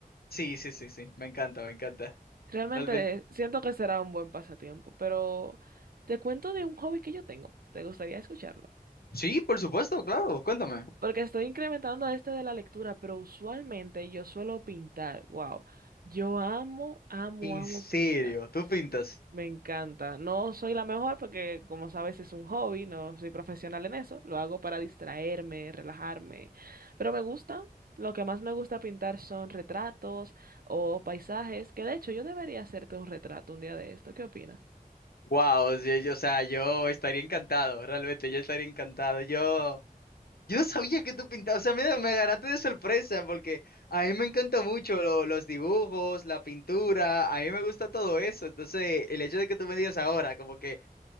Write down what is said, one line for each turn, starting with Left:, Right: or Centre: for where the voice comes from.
Left: Sí, sí, sí, sí, me encanta, me encanta.
Right: Realmente
Left: Realmente.
Right: siento que será un buen pasatiempo, pero te cuento de un hobby que yo tengo. ¿Te gustaría escucharlo?
Left: Sí, por supuesto, claro, cuéntame.
Right: Porque estoy incrementando este de la lectura, pero usualmente yo suelo pintar. Wow. Yo amo, amo,
Left: En
Right: amo
Left: serio,
Right: pintar.
Left: tú pintas.
Right: Me encanta. No soy la mejor porque, como sabes, es un hobby, no soy profesional en eso. Lo hago para distraerme, relajarme. Pero me gusta. Lo que más me gusta pintar son retratos o paisajes, que de hecho yo debería hacerte un retrato un día de esto. ¿Qué opinas?
Left: Wow, o sea, yo estaría encantado, realmente, yo estaría encantado. Yo, yo no sabía que tú pintabas, o sea, mira, me agarraste de sorpresa porque a mí me encanta mucho lo- los dibujos, la pintura, a mí me gusta todo eso. Entonces, el hecho de que tú me digas ahora, como que